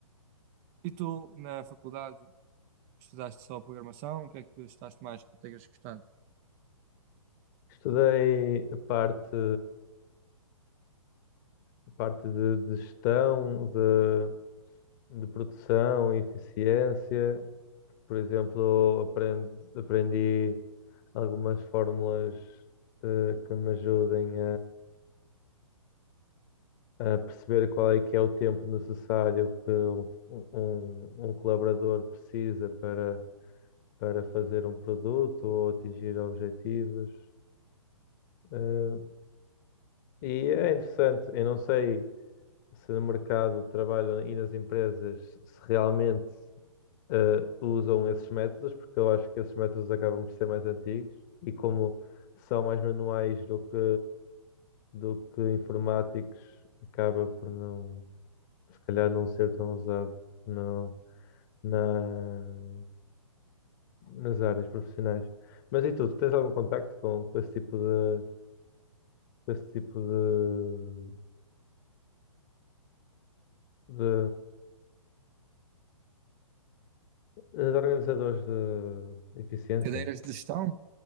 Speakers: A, on the right (about 25°); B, on the left (about 35°).
A: e tu, na faculdade, Estudaste só programação? O que é que estudaste mais que tenhas gostado?
B: Estudei a parte, a parte de, de gestão, de, de produção e eficiência. Por exemplo, aprend- aprendi algumas fórmulas eh, que me ajudem a perceber qual é que é o tempo necessário que um, um- um colaborador precisa para, para fazer um produto ou atingir objetivos. Eh, e é interessante, eu não sei se no mercado de trabalho e nas empresas se realmente eh, usam esses métodos, porque eu acho que esses métodos acabam por ser mais antigos e como são mais manuais do que, do que informáticos, acaba por não, se calhar não ser tão usado. Não. na, nas áreas profissionais. Mas e tu, tu tens algum contacto com, com esse tipo de, com esse tipo de, de, de organizadores de eficiência?
A: Cadeiras de gestão?